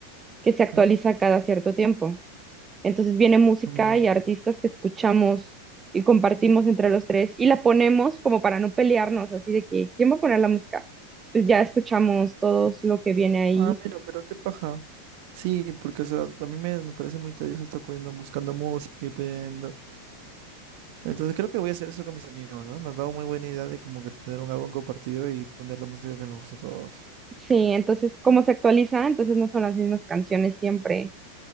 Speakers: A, on the right; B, on the right.
A: que se actualiza
B: ¿Mm?
A: cada cierto tiempo. Entonces viene música
B: Ah, mira.
A: y artistas que escuchamos y compartimos entre los tres y la ponemos como para no pelearnos, así de que, ¿quién va a poner la música? Pues ya escuchamos todos lo que viene ahí.
B: Ah, mira, pero qué paja. Sí, porque o sea, a mí me, me parece muy tedioso estar poniendo, buscando música y pidiendo Entonces creo que voy a hacer eso con mis amigos, ¿no? Me has dado muy buena idea de como que tener un álbum compartido y poner la música que nos gusta a todos.
A: Sí, entonces como se actualiza, entonces no son las mismas canciones siempre.